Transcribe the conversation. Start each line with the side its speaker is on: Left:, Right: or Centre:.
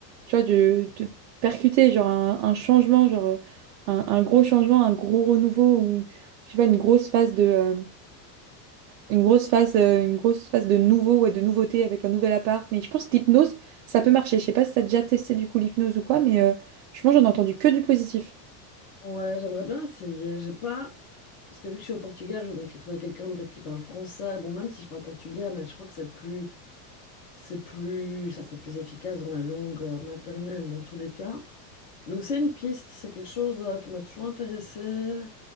Right: tu vois, de, de percuter, genre un, un changement, genre euh, un, un gros changement, un gros renouveau, ou je sais pas, une grosse phase de, euh, une grosse phase, euh, une grosse phase de nouveau, ouais, de nouveauté avec un nouvel appart. Mais je pense que l'hypnose, ça peut marcher. Je sais pas si t'as déjà testé du coup l'hypnose ou quoi, mais euh, franchement, j'en ai entendu que du positif.
Left: Ouais, j'aimerais bien essayer. J'ai pas... Parce que vu que je suis au Portugal, je voudrais qu'il- trouver quelqu'un peut-être qui parle français. Bon, même si je parle portugais, mais je crois que c'est plus... C'est plus, ça serait plus efficace dans la langue euh, maternelle dans tous les cas. Donc c'est une piste, c'est quelque chose euh, qui m'a toujours intéressée,